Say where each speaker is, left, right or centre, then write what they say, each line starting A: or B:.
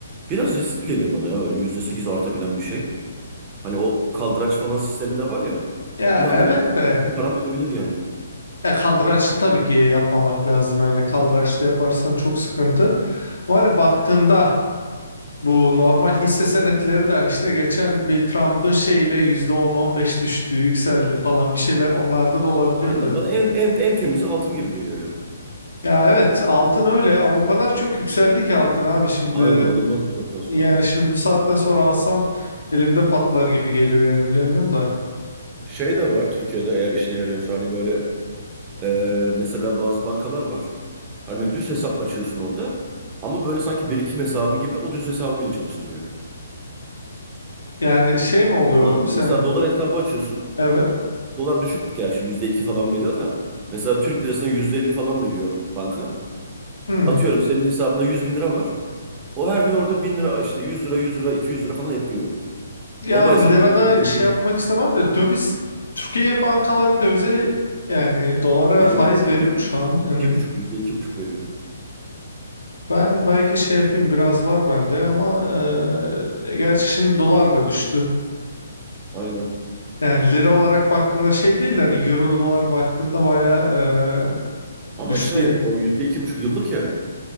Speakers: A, on the right (about 25°); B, on the left (about 80°).
A: Biraz riskli geliyor bana ya öyle %8 artabilen bir şey. Hani o kaldıraç falan sistemi de var ya.
B: Ya
A: Bir anda
B: evet
A: böyle
B: de
A: bütün param bitebilir yani.
B: e, kaldıraçlı tabii ki yapmamak lazım yani kaldıraçlı yaparsan çok sıkıntı. Ama hani baktığında bu normal hisse senetleri de hani işte geçen bir Trump'ın şeyle yüzde on on beş düştü yükseldi falan bir şeyler onlarda da olabiliyor
A: Aynen bana en, en, en temizi altın gibi geliyor ya.
B: Ya evet altın öyle ama o kadar çok yükseldi ki altın abi şimdi.
A: Aynen alınmaz bu zaten sonra
B: Yani
A: da.
B: şimdi bu saatten sonra alsam elimde patlar gibi geliyor yani bilemiyorum da.
A: Şey de var Türkiye'de eğer işine yarıyorsa hani böyle Ee, mesela bazı bankalar var. Hani düz hesap açıyorsun orada. Ama böyle sanki birikim hesabı gibi o düz hesabı bile çalıştırıyor.
B: Yani şey mi oluyor
A: Anladın mı?
B: sen
A: Mesela dolar hesabı açıyorsun.
B: evet.
A: Dolar düşük gerçi %2 falan veriyor da. Mesela Türk lirasına %50 falan veriyor banka.
B: Hmm.
A: Atıyorum senin hesabında yüz bin lira var. O her gün orada 1000 lira işte 100 lira 100 lira 200 lira falan ekliyor.
B: Ya
A: Normal hesap
B: lirada
A: ama şey birikim
B: şey yapmak
A: değil.
B: istemem de döviz Türkiye bankaları dövize yani dolara
A: veriyor.
B: faiz veriyor mu şu an? Yani
A: iki buçuk yüzde iki buçuk veriyor.
B: ben belki şey yapayım biraz var bende ama eee, gerçi şimdi dolar da düştü.
A: Aynen.
B: Yani lira olarak baktığında şey değil de hani euro dolar baktığında baya
A: Ama
B: Düştü
A: şey
B: yani.
A: o yüzde iki buçuk yıllık ya.